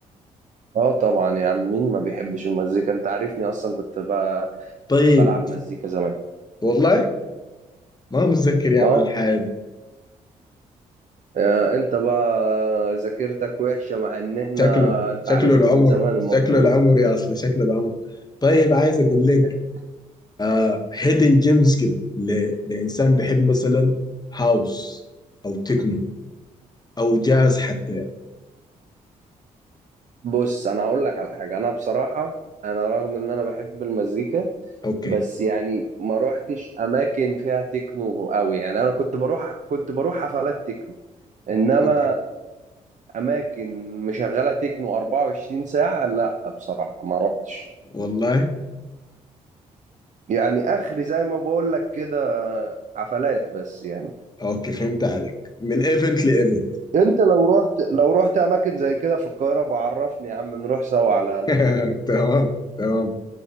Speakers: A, on the right; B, on the left.
A: اه طبعا يا عم مين ما بيحبش المزيكا انت عارفني اصلا كنت بقى
B: طيب
A: بلعب مزيكا زمان
B: والله ما متذكر يا
A: اه
B: مان الحياة دي
A: آه، انت بقى ذاكرتك وحشة مع ان احنا
B: شكله
A: انت
B: شكله
A: عارفني
B: العمر
A: من زمان المفروض
B: شكله العمر يا اصلي شكله العمر طيب عايز اقول لك
A: <laughs>
B: آه هيدن جيمز كده ل- لانسان بيحب مثلا هاوس او تكنو او جاز حتى يعني.
A: بص انا هقول لك على حاجة انا بصراحة انا رغم ان انا بحب المزيكا
B: اوكي
A: بس يعني ما روحتش اماكن فيها تكنو قوي يعني انا كنت بروح كنت بروح حفلات تكنو انما
B: اوكي
A: اماكن مشغله تكنو 24 ساعه لا بصراحه ما روحتش
B: والله
A: يعني اخري زي ما بقول لك كده حفلات بس يعني
B: اوكي فهمت عليك من ايفنت لايفنت
A: انت لو رحت لو رحت اماكن زي كده في القاهره بعرفني يا عم نروح سوا على الاقل
B: <laughs> تمام تمام